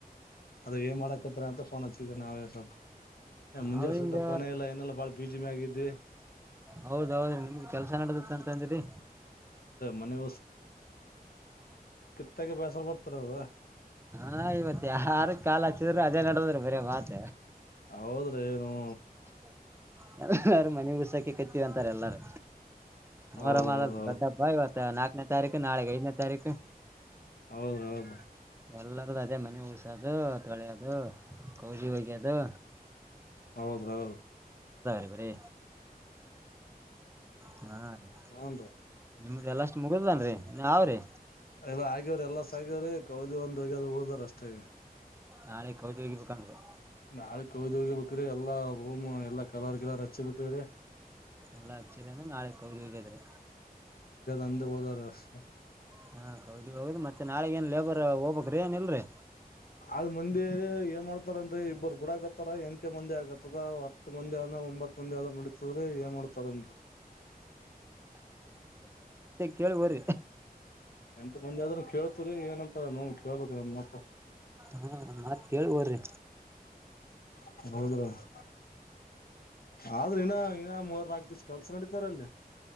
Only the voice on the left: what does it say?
ಅದ ಏನ್ ಮಾಡಾಕತ್ ಅಂತ ಫೋನ್ ಹತ್ತಿದ ನಾವೇ ಸ್ವಲ್ಪ ಏ ಮುಂಜಾನೆ
ಸ್ವಲ್ಪ ಫೋನ ಇಲ್ಲ ಏನೆಲ್ಲ ಬಾಳ ಬಿಝಿನೆ ಆಗಿದ್ವಿ
ಮನಿ ತ್ತಗಿ ಬ್ಯಾಸರ ಬರ್ತದ <unintelligible>
ಹೌದ್ರಿನು
ಹೌದೌದೌದು
ಹೌದ ಹೌದು
ಹೌದು ಹೌದ್
ಹೂನ್ ರೀ
ಎಲ್ಲ ಆಗ್ಯವ್ರಿ ಎಲ್ಲ ಸಗ್ಯವ್ರಿ. ಕವದಿ ಒಂದು ಒಗ್ಗೆದ ಉಳ್ಳ ದ್ದರಿ ಅಷ್ಟೇ ಈಗ
ನಾಳೆಕ್ ಹೋಳಿ ಹೋಡಿಬೇಕ್ರಿ ಎಲ್ಲಾ ರೂಮ್ ಎಲ್ಲಾ ಕಲರ್ ಗಿಲರ್ ಹಚ್ಚಿ ಬಿಟ್ಟಿವ್ರಿ
ಅಂದು ಹೋಗ್ಯಾರು <inaudible>
ಆದದ್ ಮಂದಿ ಏನ್ ಮಾಡ್ತಾರನ್ರಿ ಇಬ್ಬರ್ ಗುಡಕತ್ತಾರ ಎಂಟೇ ಮಂದಿ ಆಕತ್ತದ ಹತ್ ಮಂದಿ ಆದನ ಒಂಬತ್ ಮಂದಿ ಆದ್ರ ನಡತದ್ರಿ ಏನ್ ಮಾಡ್ತಾರನ್ರಿ
ಎಂತ ಮಂದಿ ಆದ್ರೂ ಕೇಳ್ತವ್ರಿ ಏನಂತಾರ ನೋಡ್ಬ್ ಕೇಳ್ಬೇಕ್ರೀ <unintelligible>
<unintelligible> ಆದ್ರೆ ಇನ್ನ ಇನ್ನ ಆಗತ್ ಕೆಲಸ ನಡೀತಾರಲ್ಲಿ